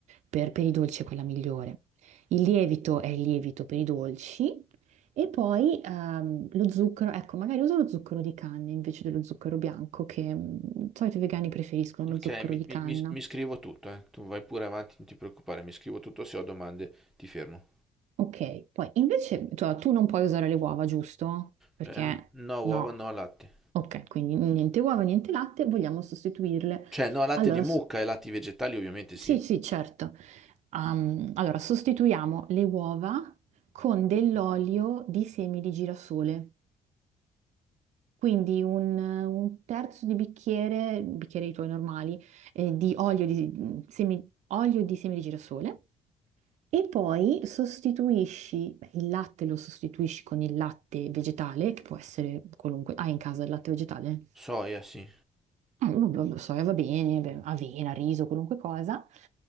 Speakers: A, on the right; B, in the centre.
A: per, per i dolci è quella migliore. Il lievito è il lievito per i dolci e poi ehm, lo zucchero, ecco, magari uso lo zucchero di canna invece dello zucchero bianco, che mh, di solito i vegani preferiscono lo
B: Ok,
A: zucchero
B: mi,
A: di
B: mi-
A: canna.
B: mi- mi scrivo tutto, eh. Tu vai pure avanti, non ti preoccupare, mi scrivo tutto, se ho domande ti fermo.
A: Ok, poi invece tu tu non puoi usare le uova, giusto? Perché
B: Eh, no,
A: no.
B: uova, no, latte.
A: Ok, quindi niente uova, niente latte, vogliamo sostituirle.
B: Cioè, no, latte
A: Allora,
B: di mucca
A: s-
B: e latti vegetali ovviamente
A: Sì,
B: sì.
A: sì, certo. Ehm, allora, sostituiamo le uova con dell'olio di semi di girasole, quindi un, un terzo di bicchiere, bicchieri i tuoi normali, eh, di olio di, semi, olio di semi di girasole. E poi sostituisci, beh, il latte lo sostituisci con il latte vegetale, che può essere qualunque. Hai in casa il latte vegetale?
B: Soia, sì.
A: Eh, lo lo lo soia va bene, beh, avena, riso, qualunque cosa.